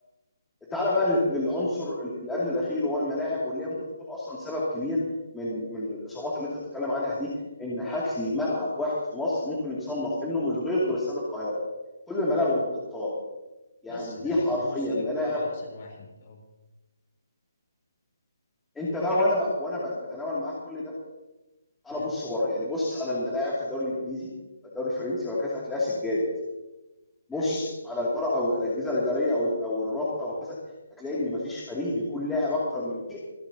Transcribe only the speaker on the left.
بس تقريبا
هو استاد
القاهره احسن واحد اهو
امم
حقيقه